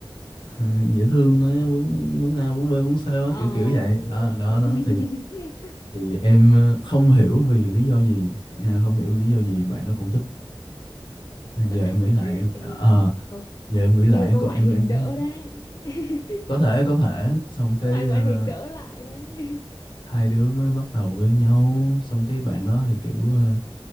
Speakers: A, on the left; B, on the left.
A: ờ, dễ thương quá muốn muốn a muốn b muốn c quá
B: Ờ.
A: kiểu kiểu vậy
B: <laughs>
A: đó đó, đó. thì thì em ờ, không hiểu vì lý do gì nha, không hiểu vì lý do gì bạn nó cũng thích giờ
B: Bạn
A: em
B: nào cũng...
A: nghĩ lại em,
B: Ê,
A: ờ
B: có,
A: giờ em
B: có
A: nghĩ lại
B: khi là
A: em
B: do
A: còn
B: ngoại
A: em
B: hình
A: em cũng
B: đỡ đấy. <laughs>
A: có thể có thể xong cái
B: Ngoại
A: ờ,
B: ngoại hình đỡ lại đấy.
A: hai đứa mới bắt đầu quen nhau xong cái bạn đó thì kiểu
B: Ừ.
A: ờ,